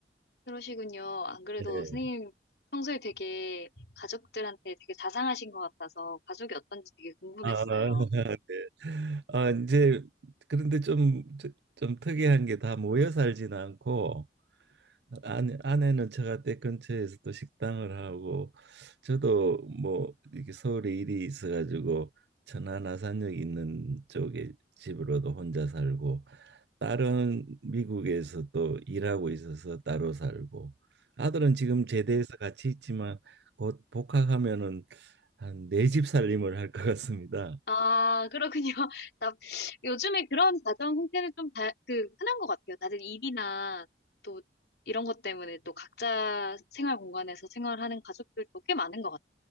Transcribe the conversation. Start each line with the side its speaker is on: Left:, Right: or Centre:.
Left: 그러시군요. 안 그래도
Right: 네.
Left: 선생님 평소에 되게 가족들한테 되게 자상하신 것 같아서 가족이 어떤지 되게 궁금했어요.
Right: 아, <laughs> 네. 아, 이제 그런데 좀 좀 특이한 게 다 모여 살지는 않고 아내, 아내는 처가댁 근처에서 또 식당을 하고 저도 뭐 이렇게 서울에 일이 있어가지고 천안 아산역 있는 쪽에 집으로도 혼자 살고 딸은 미국에서 또 일하고 있어서 따로 살고 아들은 지금 제대해서
Left: 음.
Right: 같이 있지만 곧 복학하면은 한 네 집 살림을 할 것 같습니다.
Left: 아, 그렇군요. <laughs> 나, 요즘에 그런 가정 형태는 좀 다, 그, 흔한 것 같아요. 다들 일이나 또 이런 것 때문에 또 각자 생활 공간에서 생활하는 가족들도 꽤 많은 것 같아요.